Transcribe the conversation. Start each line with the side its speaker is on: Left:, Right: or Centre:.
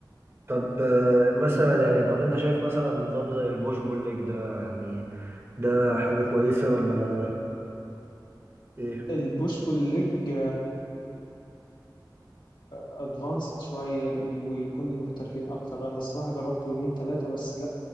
Right: طب آه، مثلا يعني طب انت شايف مثلا نظام زي البوش بول ليج ده يعني ده حاجة كويسة ولا ايه
Left: البوش بول ليج ادفانسد شويه ويكون المحترفين اكتر انا الصراحه جربت يومين ثلاثه بس لا